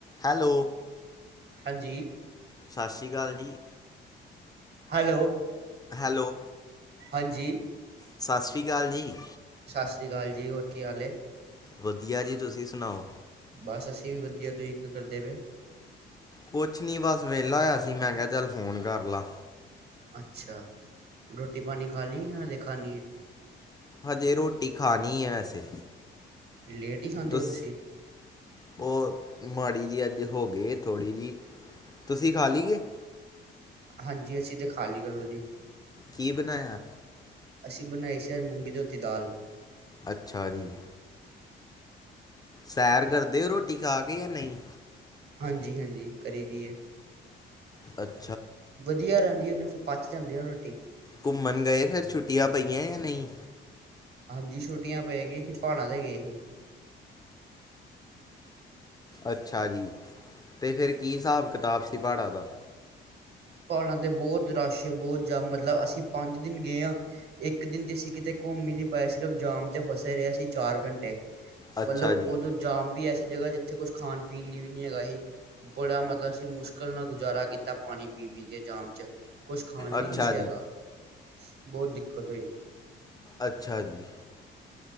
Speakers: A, on the left; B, on the right.
A: Hello!
B: ਹਾਂਜੀ।
A: ਸਸ ਰੀ ਕਾਲ ਜੀ।
B: ਹੈਲੋ,
A: ਹੈਲੋ,
B: ਹਾਂਜੀ।
A: ਸਸ ਰੀ ਕਾਲ ਜੀ।
B: ਸਸ ਰੀ ਕਾਲ ਜੀ, ਹੋਰ ਕੀ ਹਾਲ ਏ।
A: ਵਧੀਆ ਜੀ ਤੁਸੀਂ ਸੁਣਾਓ
B: ਬਸ ਅਸੀਂ ਵੀ ਵਧੀਆ, ਤੁਸੀਂ ਕੀ ਕਰਦੇ ਪਏ?
A: ਕੁਛ ਨੀ ਬਸ ਵਿਹਲਾ ਹੋਇਆ ਸੀ, ਮੈਂ ਕਿਹਾ ਚੱਲ ਫੋਨ ਕਰ ਲਾ।
B: ਅੱਛਾ ਰੋਟੀ- ਪਾਣੀ ਖਾ ਲੀ ਜਾਂ ਹਜੇ ਖਾਣੀ ਏ।
A: ਹਜੇ ਰੋਟੀ ਖਾਣੀ ਹੈ ਵੈਸੇ
B: ਲੇਟ ਹੀ ਖਾਂਦੇ
A: ਤੁਸ
B: ਹੋ ਤੁਸੀਂ।
A: ਉਹ ਮਾੜੀ ਜੀ ਅੱਜ ਹੋ ਗਏ ਥੋੜ੍ਹੀ ਜਿ ਤੁਸੀਂ ਖਾ ਲਈ ਗੀ।
B: ਹਾਂਜੀ ਅਸੀਂ ਤੇ ਖਾਲੀ ਕਦੋਂ ਦੀ।
A: ਕੀ ਬਣਾਇਆ?
B: ਅਸੀਂ ਬਣਾਈ ਸੀ ਅੱਜ ਮੂੰਗੀ ਧੋਤੀ ਦਾਲ।
A: ਅੱਛਾ ਜੀ। ਸੈਰ ਕਰਦੇ ਹੋ ਰੋਟੀ ਖਾ ਕੇ ਜਾਂ ਨਹੀਂ।
B: ਹਾਂਜੀ -ਹਾਂਜੀ ਕਰੀਦੀ ਏ।
A: ਅੱ
B: ਵਧੀਆ ਰਹਿੰ ਦਾ ਉਹ ਫਿਰ ਪਚ ਜਾਂਦੀ ਐ ਨਾ ਰੋਟੀ।
A: ਘੁੰਮਣ ਗਏ ਫਿਰ ਛੁੱਟੀਆਂ ਪਈਆਂ ਜਾਂ ਨਹੀਂ।
B: ਜੀ ਛੁੱਟੀਆਂ ਪੈ ਗਈਆ ਸੀ, ਪਹਾੜਾਂ ਤੇ ਗਏ ਸੀ।
A: ਅੱਛਾ ਜੀ ਤੇ ਫਿਰ ਕੀ ਹਿਸਾਬ ਕਿਤਾਬ ਸੀ ਪਹਾੜਾਂ ਦਾ।
B: ਪਹਾੜਾਂ ਤੇ ਬਹੁਤ ਰਸ਼ ਬਹੁਤ ਜਾਂ ਮਤਲਬ ਅਸੀਂ ਪੰਜ ਦਿਨ ਗਏ ਹਾਂ ਇੱਕ ਦਿਨ ਤੇ ਅਸੀਂ ਕਿਤੇ ਘੁੰਮ ਹੀ ਨੀ ਪਾਏ ਸਿਰਫ ਜਾਮ ਚ ਫਸੇ ਰਹੇ ਅਸੀਂ ਚਾਰ ਘੰਟੇ।
A: ਅੱਛਾ
B: ਮਤਲਬ
A: ਜੀ
B: ਉਦੋਂ ਜਾਮ ਵੀ ਐਸੀ ਜਗਾ ਜਿੱਥੇ ਕੁਛ ਖਾਣ- ਪੀਣ ਲਈ ਵੀ ਨਹੀਂ ਹੈਗਾ ਸੀ, ਬੜਾ ਮਤਲਬ ਅਸੀਂ ਮੁਸ਼ਕਿਲ ਨਾਲ ਗੁਜ਼ਾਰਾ ਕੀਤਾ ਪਾਣੀ ਪੀ-ਪੀ। ਵੀ ਜੇ ਜਾਮ ਤੇ ਕੁਝ ਖਾਣ ਲਈ
A: ਅੱਛਾ
B: ਨਹੀਂ ਸੀ
A: ਜੀ
B: ਹੈਗਾ। ਬਹੁਤ ਦਿੱਕਤ ਹੋਈ।
A: ਅੱਛਾ ਜੀ।